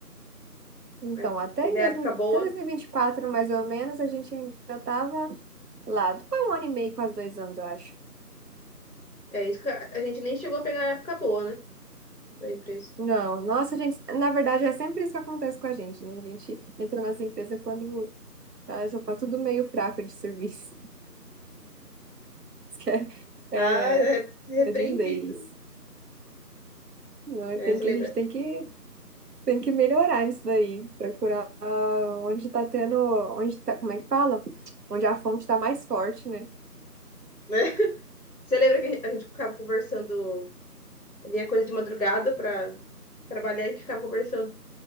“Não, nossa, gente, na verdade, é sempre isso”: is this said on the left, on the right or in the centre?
Right